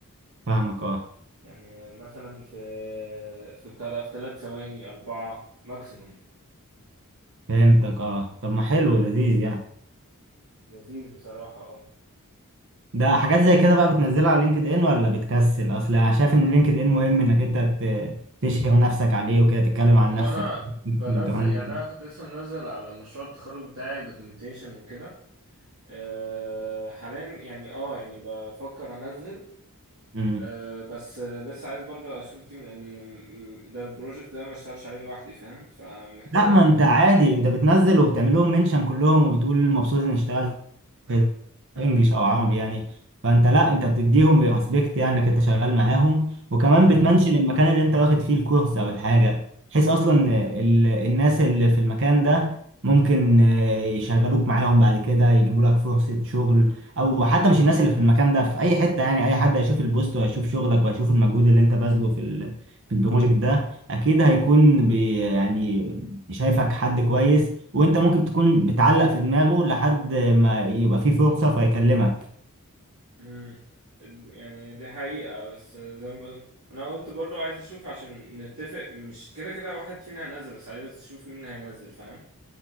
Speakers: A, on the right; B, on the right.
A: فاهمك اه
B: يعني مثلا في في بتاع ده في ثلاث ثواني اربعه ماكسيموم
A: فهمتك اه طب ما حلو لذيذ يعني
B: لذيذ بصراحه اه
A: ده حاجات زي كده بقى بتنزلها على لينكد ان ولا بتكسل اصل انا شايف ان لينكد ان مهم انك انت ت- تشهر نفسك عليه وكده تتكلم عن
B: وانا
A: نفسك
B: بنزل
A: البراندنج
B: يعني انا كنت لسه منزل على مشروع التخرج بتاعي دوكيومنتيشن وكده آه، حاليا يعني اه يعني بفكر انزل
A: امم
B: أه بس آه، لسه عايز برضه اشوف التيم لان م- ده البروجكت ده ما اشتغلش عليه لوحدي فاهم فمحتاج
A: لا
B: اشوف
A: ما انت
B: بقى
A: عادي انت بتنزل وبتعمل لهم منشن كلهم وبتقول مبسوط اني اشتغلت في انجليش او عربي يعني فانت لا انت بتديهم ريسبكت يعني انك انت شغال معاهم وكمان
B: امم
A: بتمنشن المكان اللي انت واخد فيه الكورس او الحاجه بحيث اصلا ال... الناس اللي في المكان ده ممكن آه، يشغلوك معاهم بعد كده يجيبوا لك فرصه شغل او حتى مش الناس اللي في المكان ده في اي حته يعني اي حد هيشوف البوست وهيشوف شغلك وهيشوف المجهود اللي انت باذله في ال... في البروجكت ده اكيد هيكون بي... يعني شايفك حد كويس وانت ممكن تكون بتعلق في دماغه لحد ما يبقى فيه فرصة فيكلمك
B: امم يعني دي حقيقة بس آه، زي ما بقول انا قلت برضه عايز اشوف عشان نتفق مش كده كده واحد فينا هينزل بس عايز تشوف مين هينزل فاهم